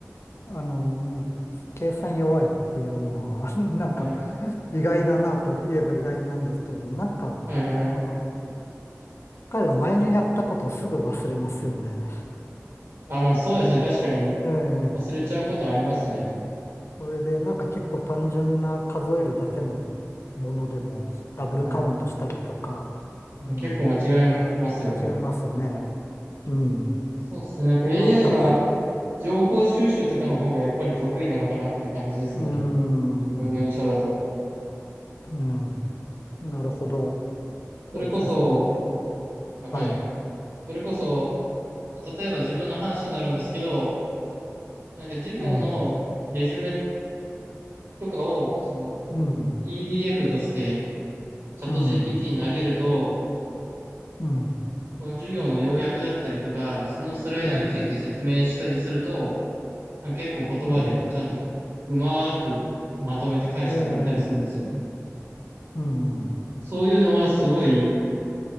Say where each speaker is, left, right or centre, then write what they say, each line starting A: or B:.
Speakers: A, on the left (about 60°); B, on the right (about 70°).
A: あのー、計算弱いっていうのは、<laughs> なんか、
B: はい。
A: 意外だなと言えば意外なんですけど、なんか、
B: はいはいはい。
A: あの、彼ら前にやったことをすぐ忘れますよね。
B: あ、まあそうですね。確かに
A: ええ
B: 忘れちゃうことありますね。
A: それでなんか結構単純な数えるだけのものでもダブルカウントしたりとか、
B: は
A: あのー
B: い。結構間違えますよね。
A: 間違いますよね。うん。
B: そうですね。なんか AI
A: なんか、
B: は情報収集とかの方がやっぱり得意なのかなっていう感じですね。
A: うーん、
B: 自分の印象だと。
A: うん、なるほど。
B: それこそ、
A: そうですね、その、
B: はい。
A: はい。
B: それこそ、例えば自分の話になるんですけど、なんか授業のレジュメ
A: うん、
B: とかを、その
A: うん、
B: PDF としてチャット
A: うん、
B: GPT に投げると、
A: うん、
B: その授業の要約だったりとか、そのスライドについて説明したりすると、
A: ええ、
B: なんか結構言葉でちゃんとうまーくまとめて返してくれたりするんですよね。
A: うん、ええ、うん、
B: そういうのはすごい